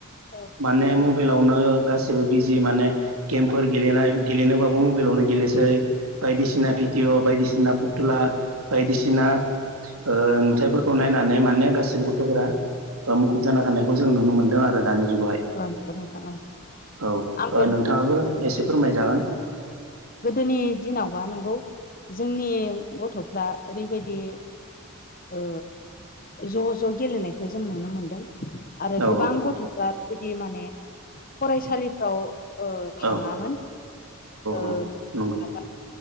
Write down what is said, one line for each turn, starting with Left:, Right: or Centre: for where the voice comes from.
Left: औ
Right: माने मबाइलावनो गासैबो जेबो बिजि माने गेम गेलेनाय गेलेनोबाबो मबाइलावनो गेलेनोसै बायदिसिना भिदिअ बायदिसिना फुथुला बायदिसिना ओ नुथायफोरखौ नायनानै माने गासिबो गथ'फोरा मुखुब जाना थानायखौ जों नुनो मोनदों आरो दानि जुगावहाय
Left: ओ नंगौ नोथां ओं
Right: औ
Left: आंखौ
Right: ओ नोंथाङाबो एसे फोरमायजागोन
Left: गोदोनि दिनावबा नंगौ जोंनि गथ'फ्रा ओरैबायदि ओ ज' ज' गेलेनायखौ जों नुनो मोनदों आरो
Right: औ
Left: गोबां गथ'फ्रा बेबायदि माने फरायसालिफ्राव ओ थाङामोन
Right: औ
Left: ओ
Right: औ नंगौ
Left: माबा